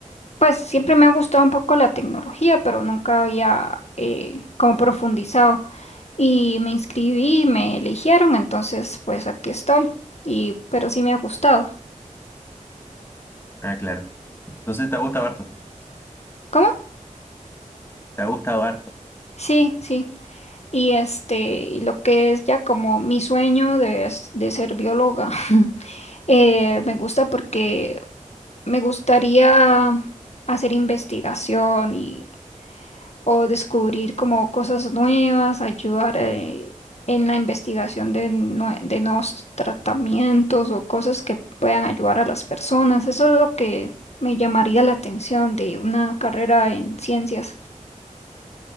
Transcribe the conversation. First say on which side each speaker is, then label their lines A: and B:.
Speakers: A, on the left (about 55°); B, on the left (about 15°).
A: pues siempre me ha gustado un poco la tecnología, pero nunca había eh, como profundizado. Y me inscribí, me eligieron, entonces pues aquí estoy. Y pero sí me ha gustado.
B: Ah, claro. Entonces te ha gustado harto,
A: ¿Cómo?
B: te ha gustado harto.
A: Sí, sí. Y este, y lo que es ya como mi sueño de, s- de ser bióloga, <laughs> eh, me gusta porque me gustaría hacer investigación y o descubrir como cosas nuevas, ayudar eh, en la investigación de, nue- de nuevos tratamientos o cosas que puedan ayudar a las personas. Eso es lo que me llamaría la atención de una carrera en ciencias.